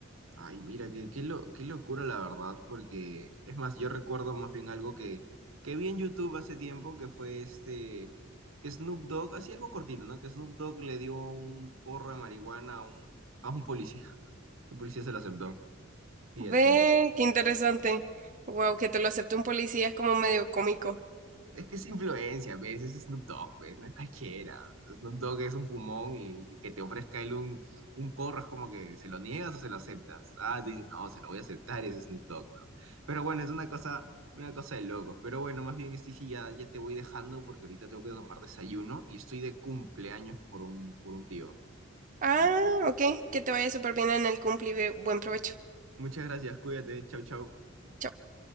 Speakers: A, on the right (about 85°); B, on the right (about 40°).
A: Ay, mira, qué, qué, lo- qué locura la verdad, porque es más, yo recuerdo más bien algo que, que vi en YouTube hace tiempo, que fue este, que Snoop Dogg, así algo cortito, ¿no? Que Snoop Dogg le dio un porro de marihuana a un, a un policía. El policía se lo aceptó. Y
B: Ve,
A: así, pues.
B: qué interesante. Wow, que te lo acepte un policía es como medio cómico.
A: Es que es influencia, ¿ves? Es Snoop Dogg, pues, no es cualquiera. Snoop Dogg es un fumón y, y que te ofrezca él un, un porro es como que se lo niegas o se lo aceptas. Ah, tú dices, no, se lo voy a aceptar, ese Snoop Dogg, ¿no? Pero bueno, es una cosa, una cosa de locos. Pero bueno, más bien, Stevie, ya, ya te voy dejando porque ahorita tengo que tomar desayuno y estoy de cumpleaños por un, por un tío.
B: Ah,
A: Así que
B: ok, que te vaya súper bien en el cumple y ve- buen provecho.
A: muchas gracias, cuídate, chau, chau.
B: Chao.